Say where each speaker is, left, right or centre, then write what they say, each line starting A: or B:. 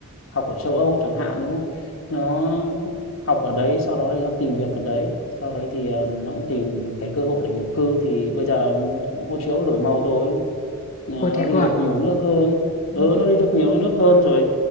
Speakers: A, on the left; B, on the left.
A: học ở châu Âu chẳng hạn đúng không nó học ở đấy sau đó thì nó tìm việc ở đấy sau đấy thì ờ, nó cũng tìm cái cơ hội để nhập cư thì bây giờ hộ chiếu nó đổi màu thôi Ờ,
B: Ôi thế
A: nó đi
B: cơ à
A: được nhiều nước hơn
B: ừ.
A: ừ nó đi được nhiều nước hơn rồi